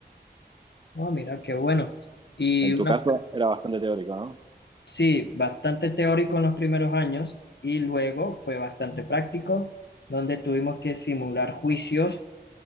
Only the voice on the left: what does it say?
Oh, mira, qué bueno. Y
una,
sí, bastante teórico en los primeros años y luego fue bastante práctico, donde tuvimos que simular juicios